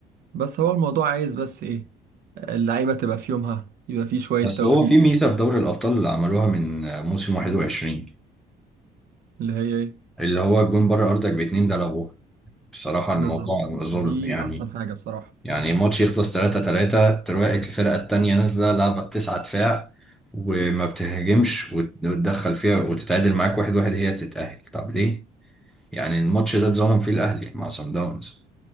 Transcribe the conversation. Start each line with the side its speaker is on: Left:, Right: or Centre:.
Right: بس هو الموضوع عايز بس ايه اللعيبة تبقى في يومها يبقى في شوية
Centre: بس
Right: توفيق
Centre: هو في ميزه في دوري الابطال اللي عملوها من آه، موسم 21
Right: اللي هي ايه
Centre: اللي هو الجون بره ارضك باتنين ده لغوه بصراحه
Right: بالظبط
Centre: الموضوع ظلم
Right: دي
Centre: يعني
Right: احسن حاجة بصراحة
Centre: يعني ماتش يخلص 3 3 تلاقي الفرقه التانيه نازله لعبه بتسعة دفاع وما بتهاجمش وت- وتدخل فيها وتتعادل معاك واحد واحد هي تتأهل طب ليه؟ يعني الماتش ده اتظلم فيه الأهلي مع سان داونز